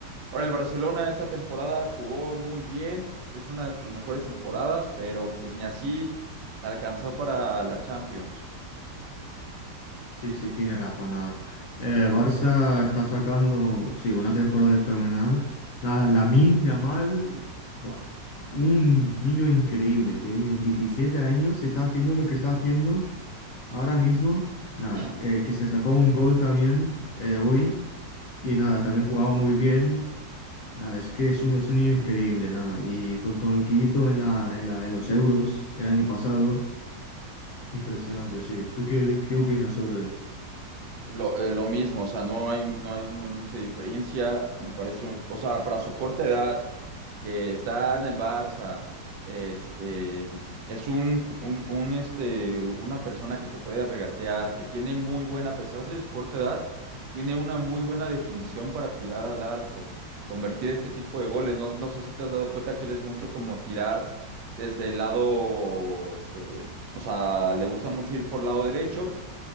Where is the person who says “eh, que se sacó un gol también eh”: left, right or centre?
Left